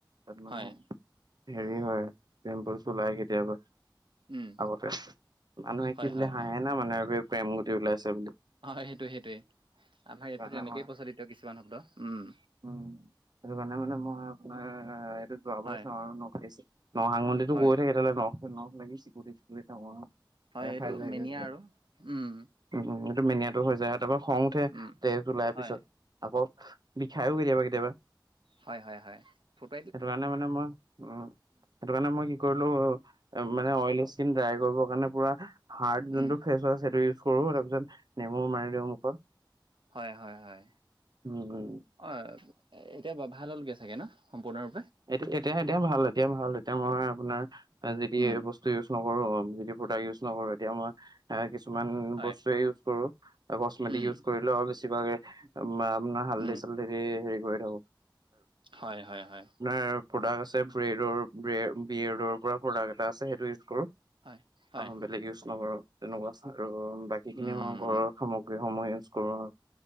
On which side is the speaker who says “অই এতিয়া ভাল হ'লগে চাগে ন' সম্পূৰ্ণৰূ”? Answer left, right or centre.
Right